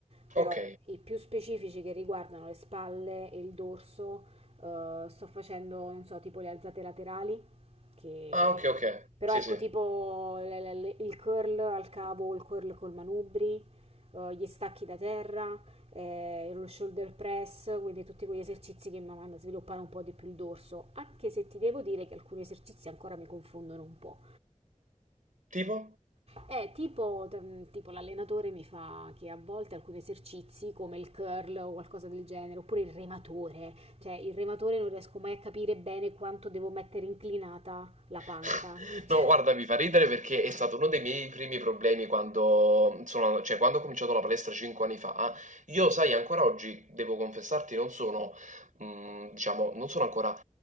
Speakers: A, on the right; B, on the right.
A: però
B: Ok.
A: i più specifici che riguardano le spalle e il dorso, eh, sto facendo, non so, tipo le alzate laterali, che...
B: Ah, ok, ok.
A: però
B: Sì,
A: ecco
B: sì.
A: tipo le- le- le- il curl al cavo o il curl col manubri, eh, gli stacchi da terra, eh, lo shoulder press, quindi tutti quegli esercizi che mi mandano a sviluppare un po' di più il dorso, anche se ti devo dire che alcuni esercizi ancora mi confondono un po'.
B: Tipo?
A: Eh, tipo, t- tipo l'allenatore mi fa che a volte alcuni esercizi come il curl o qualcosa del genere, oppure il rematore, cioè il rematore non riesco mai a capire bene quanto devo mettere inclinata la panca.
B: <laughs>
A: <laughs> Cioè,
B: No, guarda, mi fa ridere perché è stato uno dei miei primi problemi quando, sono, cioè, quando ho cominciato la palestra 5 anni fa. Io, sai, ancora oggi, devo confessarti, non sono, mm, diciamo, non sono ancora